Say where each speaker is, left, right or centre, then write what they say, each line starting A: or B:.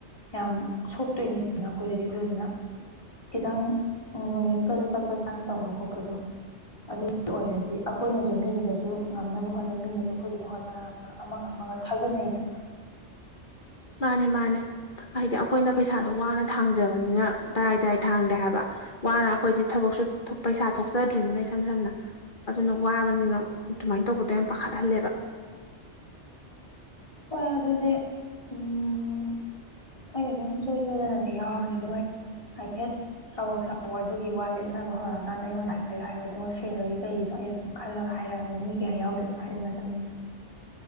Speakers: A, on the left; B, on the left.
A: ꯌꯥꯝ ꯁꯣꯛꯇꯣꯏꯅꯤ ꯑꯩꯈꯣꯏꯗꯗꯤ ꯑꯗꯨꯗꯨꯅ ꯈꯤꯇꯪ ꯅꯨꯃꯤꯠꯀꯥꯗꯣ ꯆꯞ ꯆꯞ ꯆꯥꯅ ꯇꯧꯕ ꯈꯣꯠꯄꯗꯣ ꯑꯗꯨꯒꯤ ꯑꯣꯏꯔꯗꯤ ꯑꯩꯈꯣꯏꯅꯁꯨ ꯗꯨꯨ ꯃꯤꯒꯤꯗꯁꯨ ꯉꯝꯅꯕ ꯍꯣꯠꯅꯩ ꯃꯤꯅꯁꯨ ꯑꯩꯈꯣꯏꯒꯤꯗ ꯍꯣꯠꯅꯔ ꯑꯃꯒ ꯑꯃꯒ ꯊꯥꯖꯅꯩꯗꯅ <inaudible>
B: ꯃꯥꯅꯦ ꯃꯥꯅꯦ ꯍꯥꯏꯗꯤ ꯑꯩꯈꯣꯏꯅ ꯄꯩꯁꯥꯗꯣ ꯋꯥꯅ ꯊꯥꯡꯖꯕꯅꯤꯅ ꯇꯔꯥꯏ ꯇꯔꯥꯏ ꯊꯥꯡꯗꯦ ꯍꯥꯏꯕ ꯋꯥꯅ ꯑꯩꯈꯣꯏꯗꯤ ꯊꯕꯛꯁꯨ ꯊꯨꯞ ꯄꯩꯁꯥ ꯊꯣꯛꯆꯗ꯭ꯔꯤꯅꯤꯅ ꯏꯁꯝ ꯁꯝꯅ ꯑꯗꯨꯅ ꯋꯥꯕꯅꯤꯅ ꯑꯗꯨꯃꯥꯏꯅ ꯇꯧꯕꯗꯣ ꯌꯥꯝ ꯄꯥꯈꯠꯍꯜꯂꯦꯕ
A: ꯍꯣꯏ ꯑꯗꯨꯗꯤ ꯎꯝ ꯑꯩ ꯑꯗꯨꯝ ꯁꯨꯛꯁꯣꯏ ꯁꯣꯏꯗꯅꯗꯤ ꯌꯥꯎꯔꯅꯤ ꯑꯗꯨ ꯑꯩ ꯍꯥꯏꯐꯦꯠ ꯀꯥꯕꯣꯛ ꯁꯥꯕꯣꯛ ꯑꯗꯨꯒꯤ ꯋꯥ ꯂꯦꯞꯅꯕ ꯍꯧꯔꯛꯑꯀꯥꯟꯗ ꯑꯩꯉꯣꯟꯗ ꯍꯥꯏꯐꯦꯠ ꯍꯥꯏꯔꯛꯑꯣ ꯑꯗꯨꯒ ꯁꯦꯔꯦꯜꯒꯤ ꯀꯩꯒꯤꯗꯣ ꯑꯩ ꯑꯗꯨꯝ ꯈꯜꯂꯒ ꯍꯥꯏ ꯍꯥꯏꯔꯛꯑꯒꯦ ꯃꯤ ꯀꯌꯥ ꯌꯥꯎꯗꯣꯏꯅꯣ ꯍꯥꯏꯕꯒꯤ ꯃꯇꯨꯡ ꯢꯟꯅ